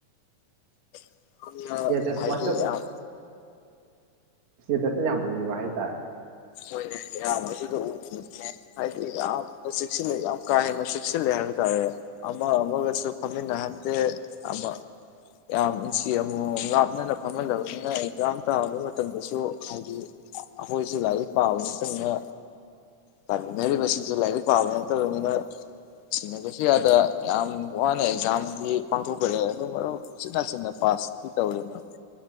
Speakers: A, on the left; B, on the right.
A: <unintelligible> ꯍ
B: ꯏꯁꯇꯦꯇꯁ
A: ꯍꯥꯏꯕꯤ
B: ꯋꯥꯆꯞ
A: ꯌꯥꯝ
B: ꯁꯇꯦꯇꯁꯇ ꯌꯥꯝ ꯎꯈꯤꯕ ꯍꯥꯏꯇꯥꯔꯦ
A: ꯍꯣꯏꯅꯦ ꯌꯥꯝ ꯑꯗꯨꯗ ꯎ ꯍꯥꯏꯗꯤ ꯌꯥꯝꯅ ꯆꯁꯤꯜꯂꯦ ꯌꯥꯝ ꯀꯥ ꯍꯦꯟꯅ ꯆꯦꯛꯁꯤꯜꯂꯦ ꯍꯥꯏꯕ ꯇꯥꯔꯦ ꯑꯃ ꯑꯃꯒꯁꯨ ꯐꯝꯃꯤꯟꯅꯍꯟꯗꯦ ꯑꯃ ꯌꯥꯝ ꯏꯟꯆꯤ ꯑꯃꯃꯝ ꯂꯥꯞꯅꯅ ꯐꯝꯍꯜꯂꯕꯅꯤꯅ ꯑꯦꯛꯖꯥꯝ ꯇꯥꯕ ꯃꯇꯝꯗꯁꯨ ꯍꯥꯏꯗꯤ ꯑꯩꯈꯣꯏꯁꯨ ꯂꯥꯏꯏꯛ ꯄꯥꯕ ꯅꯠꯇꯅꯤꯅ ꯄꯥꯃꯤꯟꯅꯔꯤꯕꯁꯤꯡꯁꯦ ꯂꯥꯏꯔꯤꯛ ꯄꯥꯕ ꯅꯠꯇꯕꯅꯤꯅ ꯁꯤꯟꯅꯕꯁꯤ ꯑꯗ ꯌꯥꯝ ꯋꯥꯅ ꯑꯦꯛꯖꯥꯝꯗꯤ ꯄꯥꯡꯊꯣꯛꯈ꯭ꯔꯦ ꯑꯗꯨ ꯃꯔꯨꯞ ꯁꯤꯤꯠ ꯅꯥꯆꯤꯟꯅ ꯄꯥꯁꯇꯤ ꯇꯧꯔꯦꯅꯦ